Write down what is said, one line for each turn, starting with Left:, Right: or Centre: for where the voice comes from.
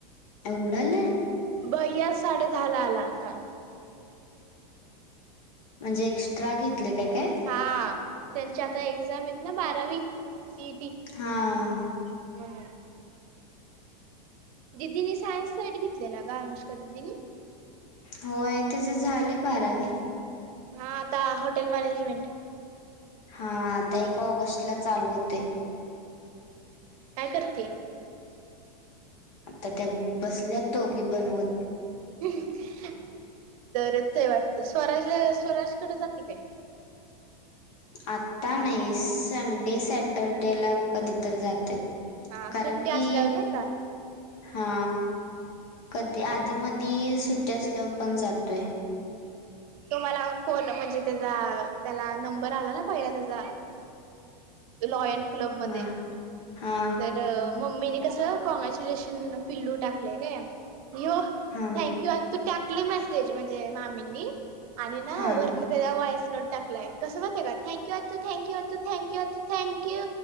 Left: एवढा लेट
Right: भैया साडे दहा ला आला काल
Left: म्हणजे एक्स्ट्रा घेतले काय काय
Right: हा त्यांची आता एक्झाम आहेत ना बारावी सीइटी
Left: हा
Right: म्हणून दिदीनी सायन्स साईड घेतल्या ना गं अनुष्का दिदीनी
Left: होय तीज झाले बारावी.
Right: हा आता हॉटेल मॅनेजमेंट
Left: हा आता एका ऑगस्ट ला चालू होतेय
Right: काय करतीय
Left: तर त्या बसल्याच दोघी बनवत.
Right: हुम हु दरोज च आहे वाटत स्वराजला स्वराज कडे जाते काय
Left: आता नाही संडे सॅटरडेला कधीतर जाते
Right: हा
Left: कारण
Right: सुट्टी असल्यावर
Left: की
Right: नाही का
Left: हा कधी आधी मधी सुट्टी असल्यावर पण जातोय
Right: तो मला फोन म्हणजे त्याचा त्याला नंबर आला ना पहिला त्याचा लॉयन क्लब मध्ये
Left: हा हा
Right: तर मम्मीने कसं कॉग्रॅच्युलेशन पिल्लू टाकले काय ह्यो
Left: हा हा
Right: थँक यू तू टाकले मेसेज म्हणजे मामींनी आणि ना
Left: हा
Right: वरण त्याला व्हाईस नोट टाकलाय कसं माहितय का थँक्यू अतू थँक्यू अतू थँक्यूू अतू थँक्यू